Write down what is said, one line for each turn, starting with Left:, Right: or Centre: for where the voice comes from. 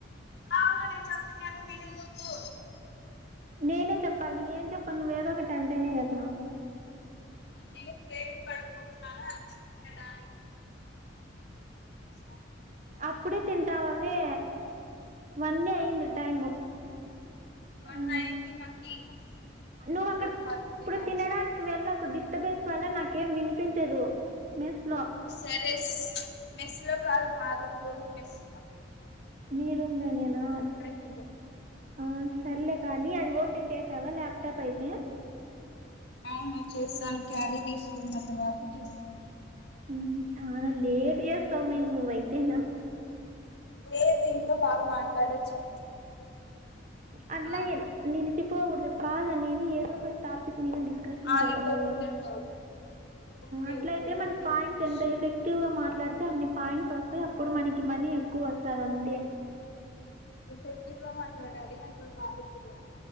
Left: అవును నేను చెప్తున్నాను విను నువ్వు
Right: నేనే చెప్పాలి ఏం చెప్పం నువ్వ ఏదో ఒకటి అంటేనే కదా
Left: ను ప్రేమిపాడు కొకున్నా అన్నడాా <inaudible>
Right: అప్పుడే తింటావవే వనెయ్ అయింది టైము
Left: కొన్
Right: ఆ
Left: అయింది మకి
Right: నువ్వు అక్కడ
Left: తెవెల్వ్ ఫార్టీ
Right: ఇప్పుడు
Left: కే లంచ్
Right: తినడానికి వెళ్ళకు డిస్ బెన్స్ వల్ల నాకేం వినిపించదు మెస్ లో
Left: సరే మెస్స్ లో కాదు మా రూమ్ లోనే మెస్ మా
Right: మీ రూమ్ లోనేనా
Left: ఫుడ్
Right: ఆ సర్లే కానీ అది ఓపెన్ చేసావా ల్యాప్టాప్ అయితే
Left: అవును చేస్తాను క్యారీ తీసుకున్న తర్వాత చేస్తాను
Right: హ్మ్ చానా లేట్ చేస్తావు మే నువ్వైతేనా
Left: లేదు ఇంట్లో బాగా మాట్లాడొచ్చు అని
Right: అట్లా
Left: ఆ
Right: నిలిచిపోూకుడదు కాల్ అనేది ఏదో ఒక టపిక్ మీద డీస్ షన్
Left: ఆగిపోకూడదంటావు
Right: జరగాల,
Left: ఓకే
Right: అట్లయితే
Left: ఓకే
Right: మన
Left: అయితే ఇంగ్లీష్
Right: పాంట్స్ ఎంత ఎఫ్ ఎక్టివ్ గా మాట్లాడితే అన్ని పాయింట్స్ వస్తాయి అప్పుడు మనకి మనీ ఎక్కువ వస్తది అంతే
Left: ఎఫెక్టివ్ గా మాట్లాడాలి అంత బగాలపులు